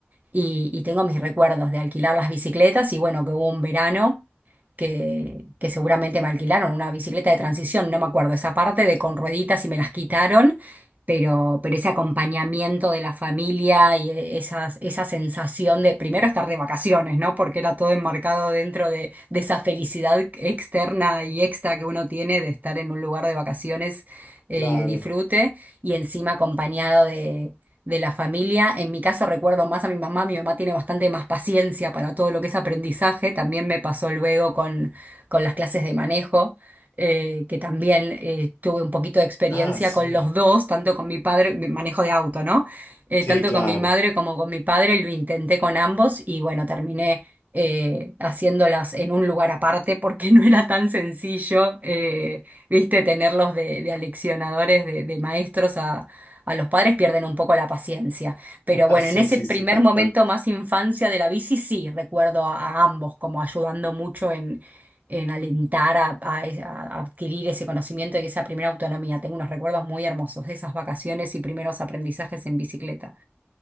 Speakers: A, on the right (about 40°); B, on the left (about 70°).
A: y, y tengo mis recuerdos de alquilar las bicicletas y bueno, que hubo un verano que, que seguramente me alquilaron una bicicleta de transición, no me acuerdo esa parte de con rueditas y me las quitaron, pero, pero ese acompañamiento de la familia y e- esas, esa sensación de primero estar de vacaciones, ¿no? Porque era todo enmarcado dentro de, de esa felicidad externa y extra que uno tiene de estar en un lugar de vacaciones eh,
B: Claro.
A: y de disfrute y encima acompañado de de la familia. En mi caso recuerdo más a mi mamá, mi mamá tiene bastante más paciencia para todo lo que es aprendizaje, también me pasó luego con, con las clases de manejo, eh, que también eh, tuve un poquito de experiencia
B: Ah, sí.
A: con los dos, tanto con mi padre, de manejo de auto, ¿no? Eh, tanto
B: Sí, claro.
A: con mi madre
B: <laughs>
A: como con mi padre, lo intenté con ambos y bueno, terminé... eh, haciéndolas en un lugar aparte porque <laughs> no era tan sencillo, eh, viste, tenerlos de, de aleccionadores, de, de maestros a los padres pierden un poco la paciencia. Pero
B: Ah,
A: bueno,
B: sí,
A: en ese
B: sí,
A: primer
B: sí, tal
A: momento
B: cual.
A: más infancia de la bici, sí, recuerdo a, a ambos como ayudando mucho en, en alentar a, a e, a adquirir ese conocimiento y esa primera autonomía. Tengo unos recuerdos muy hermosos de esas vacaciones y primeros aprendizajes en bicicleta.